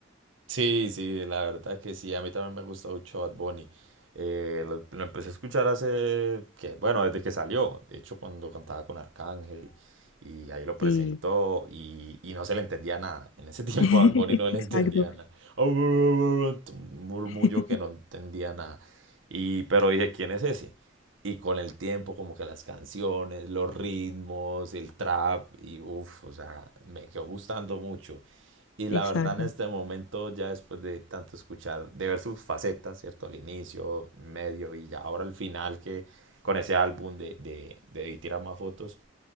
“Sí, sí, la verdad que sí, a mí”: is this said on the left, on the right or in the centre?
Right